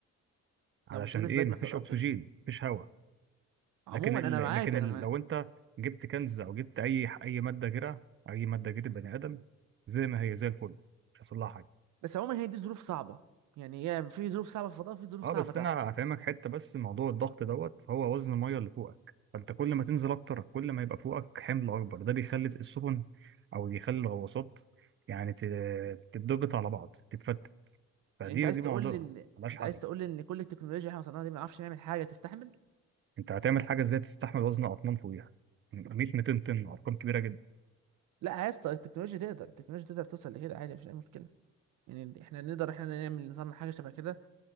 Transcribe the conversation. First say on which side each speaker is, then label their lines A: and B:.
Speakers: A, on the right (about 40°); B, on the right (about 75°).
A: علشان
B: لو مش لابس
A: ايه
B: بدله
A: ما
B: فضاء
A: فيش اكسجين
B: وكده
A: ما فيش هواء
B: عموما
A: لكن ال...
B: انا معاك
A: لكن
B: انا
A: ال...
B: معاك
A: لو انت جبت كنز او جبت اي اي ماده جرة اي ماده جرة بني ادم زي ما هي زي الفل مش هيحصل لها حاجه
B: بس عموما هي دي ظروف صعبه يعني هي في ظروف صعبه في الفضاء وفي ظروف
A: اه
B: صعبه
A: بس
B: تحت
A: انا هفهمك حته بس موضوع الضغط دوت هو وزن الميه اللي فوقك فانت كل ما تنزل اكتر كل ما يبقى فوقك حمل اكبر ده بيخلي السفن او بيخلي الغواصات يعني ت- تتضغط على بعض تتفتت فدي
B: يعني انت عايز
A: دي
B: تقول
A: معضله
B: لي ال...
A: ملهاش
B: انت
A: حل
B: عايز تقول لي ان كل التكنولوجيا اللي احنا وصلنا لها دي ما نعرفش نعمل حاجه تستحمل
A: انت هتعمل حاجه ازاي تستحمل وزن اطنان فوقيها 100 200 طن ارقام كبيره جدا
B: لا يا اسطى التكنولوجيا تقدر التكنولوجيا تقدر توصل لكده عادي مفيش اي مشكله يعني احنا نقدر احنا نعمل نصنع حاجه شبه كده